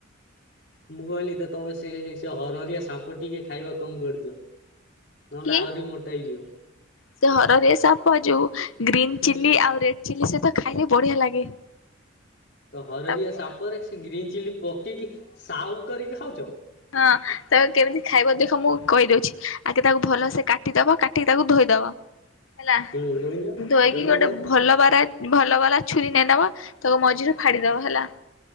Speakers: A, on the left (about 50°); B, on the left (about 80°).
A: ମୁଁ କହିଲି ତ ତମେ ସେ ସେ ହରହରିଆ ସାପ ଟିକେ ଖାଇବା କମ କରିଦିଅ। ନହେଲେ
B: କି
A: ଆହୁରି ମୋଟା ହେଇଯିବ।
B: ସେ ହରରେ ସପ ଯଉ ଗ୍ରୀନ
A: ହେଁ
B: ଚି ଆଉ ରେଡ ଚି ସହିତ ଖାଇଲେ ବଢିଆ ଲାଗେ।
A: ତ ହରହରିଆ
B: ତା
A: ସାପରେ ସେ ଗ୍ରୀନ ଚିଲି ପକେଇକି ସାଉ କରିକି ଖାଉଛ?
B: ହଁ ତାକୁ କେମିତି ଖାଇବ ଦେଖ ମୁଁ କହିଦଉଛି ଆଗେ ତାକୁ ଭଲସେ କାଟିଦବା କାଟିକ ତାକୁ ଧୋଇଦବା ହେଲା
A: ହୁଁ ଧୋଇଲ
B: ଧୋଇକି
A: ଧୋଇଲା
B: ଗୋଟେ
A: ପରେ
B: ଭଲ ଭାବରେ ଭଲ ବାଲା ଛୁରୀ ନେଇ ନବା ତାକୁ ମଝିରୁ ଫାଡ଼ିଦବା ହେଲା।